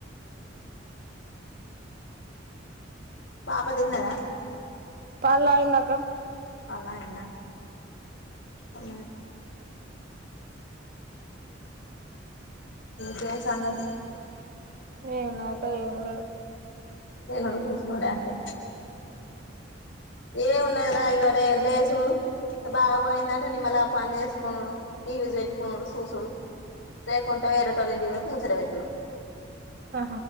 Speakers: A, on the left; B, on the right.
A: పాప తిన్నదా
B: పళ్లా అందక
A: అలాయిన్న ఆ క సా త
B: ఏం నాక ఏం లేవ్
A: తినుడు కూూసునుడు యాంటో ఏమున్నదిరా ఇగో నేన్ లేస్ బాగా పోయిందంటే నిమ్మల పని చేసుకునుడు టీవీ పెట్టుకున్నాడు సూసుడు లేకుంటే వేరేటోలింటికిపోయి కూచ్ఛొడ బెట్టుడు
B: ఆహా